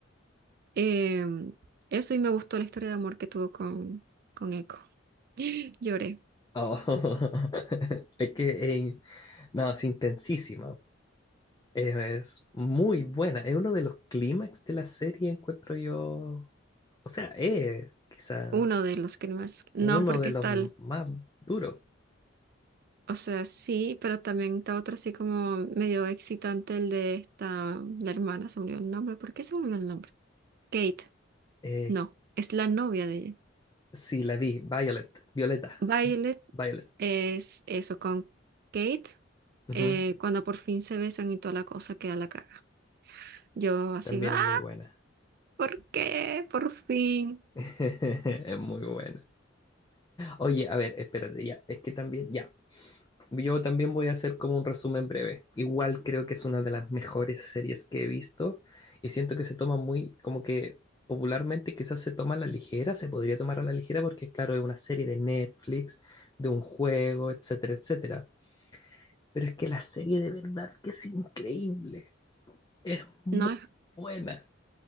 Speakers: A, on the right; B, on the left.
A: Em, eso y me gustó la historia de amor que tuvo con, con Echo. <gasps> <laughs> Lloré.
B: Oh. <laughs> Es que, eh, no, es intensísima. Es, es muy buena. Es uno de los clímax de la serie, encuentro yo. O sea, es quizá
A: Uno de los crímenes. No,
B: uno
A: porque
B: de los
A: está
B: m-
A: el-
B: más duros.
A: o sea, sí, pero también está otro así como medio excitante, el de esta, la hermana, se me olvidó el nombre. ¿Por qué se me olvidó el nombre? Kate.
B: Eh,
A: No, es la novia de ella.
B: sí, la vi, Violet, Violeta,
A: Violet
B: Violet.
A: es eso con Kate.
B: Ujú,
A: eh, cuando por fin se besan y toda la cosa queda la caga. Yo así,
B: También
A: ah,
B: es muy buena.
A: ¿por qué? Por fin.
B: <laughs> Es muy buena. Oye, a ver, espérate, ya. Es que también, ya. Yo también voy a hacer como un resumen breve. Igual creo que es una de las mejores series que he visto y siento que se toma muy, como que popularmente quizás se toma a la ligera, se podría tomar a la ligera porque claro, es una serie de Netflix, de un juego, etcétera, etcétera. Pero es que la serie de verdad que es increíble, es muy
A: No, es
B: buena